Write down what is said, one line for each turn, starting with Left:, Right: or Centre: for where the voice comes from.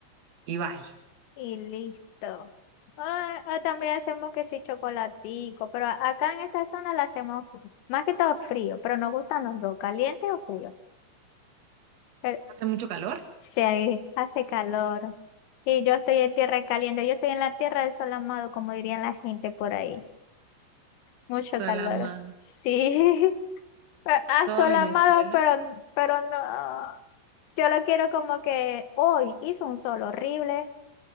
Right: y bye.
Left: Y listo. Ah, ah, también hacemos que sí, chocolatico, pero a- acá en esta zona la hacemos más que todo frío, pero nos gustan los dos, caliente o frío. Pero
Right: Hace mucho calor,
Left: sí, ahí hace calor. Y yo estoy en tierra caliente, yo estoy en la tierra del sol amado, como dirían la gente por ahí. Mucho
Right: Salama,
Left: calor. Sí. <laughs> Pero, ah,
Right: toda Venezuela.
Left: amado, pero, pero no. Yo lo quiero como que hoy hizo un sol horrible,